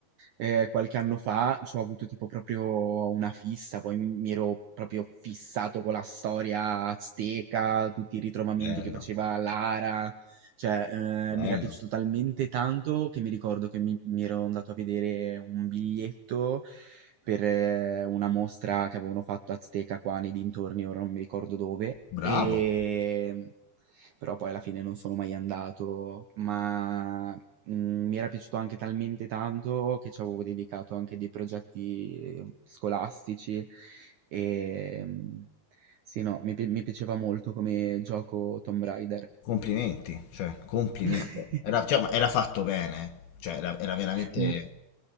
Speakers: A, on the right; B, on the left.
A: eh, qualche anno fa, ci ho avuto tipo proprio una fissa, poi mi, mi ero proprio fissato con la storia azteca, tutti i ritrovamenti
B: Bello,
A: che faceva Lara, cioè
B: bello,
A: eh, mi era piaciuto talmente tanto che mi ricordo che mi, mi ero andato a vedere un biglietto per eh, una mostra che avevano fatto azteca qua nei dintorni, ora non mi ricordo dove.
B: bravo,
A: E però poi alla fine non sono mai andato, ma mm, mi era piaciuto anche talmente tanto che ci avevo dedicato anche dei progetti eh, scolastici e mm, sì, no, mi, pi- mi piaceva molto come gioco Tomb Raider.
B: complimenti, cioè, complimenti.
A: <laughs>
B: Era, cioè, ma era fatto bene, eh. cioè, era, era veramente
A: Mm,